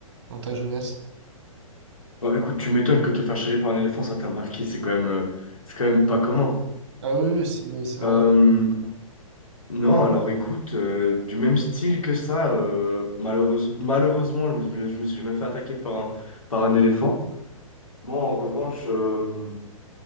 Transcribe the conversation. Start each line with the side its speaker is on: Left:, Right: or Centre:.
Right: dans ta jeunesse?
Left: Bon, écoute, tu m'étonnes que te faire charger par un éléphant, ça t'a marqué, c'est quand même, euh, c'est quand même pas commun.
Right: Ah oui, oui, c'est c'est vraiment...
Left: Euh, non, alors écoute, euh, du même style que ça, euh, malheureuse- malheureusement, je me, je me suis jamais fait attaquer par un, par un éléphant. Moi, en revanche, euh,